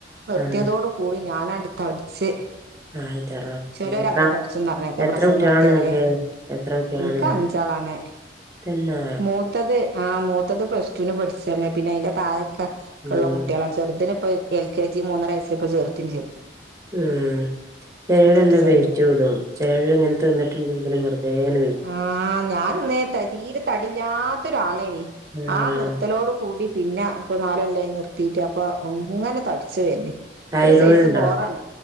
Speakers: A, on the right; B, on the right.
A: ആ
B: ത്തിയതോട് കൂടി ഞാൻ ആൻഡ് തടിച്ച്
A: ആയിന്റെ റബ്ബേ
B: ചെലര്
A: എത്ര
B: അങ്ങനെ തുടച്ചന്ന് <unintelligible> ക്കെ
A: എത്ര
B: പ്രസവം
A: കുട്ട്യാളാണ്
B: നിർത്തിയാലേ
A: ഇങ്ങക്ക് എത്ര കുട്ട്യാളാണ്
B: ഇനിക്
A: തന്നെ
B: മൂത്തത് ആ അത്തത് പ്ലസടുന് പഠിച്ചന് പിന്നെ അതിന്റെ തായൊക്ക
A: ഉം
B: ഉള്ള കുട്ടികളാണ് ചെറുതിന് ഇപ്പൊ എൽ കെ ജി മൂന്നരയസ്സൽ ഇപ്പോ ചേർതെയം ചെയ്തു
A: ഉ ചിലവല്ലാം
B: ഒക്കെ ചെറു ചെറിയ
A: വെറ്റ് കടും ചിലൾ ഇങ്ങനെ തിന്നിട്ടുണ്ടെങ്കിലും വെറുതേനെ
B: ആ ഞാനന്ന തീരെ തടിലാത്ത ഒരാളേയ്യന്ന്
A: ആഹ്
B: ആ നിർത്തലോട് കൂടി പിന്നെ ഇപ്പൊ നാലകൊല്ലായി നിർത്തിയിട്ട് അപ്പൊ അങ്ങനെ തടിച്ചു വരണ്
A: തൈറോയ്ഡ്
B: ഒരു സൈസ്
A: ഇണ്ടോ
B: ബോറാണ്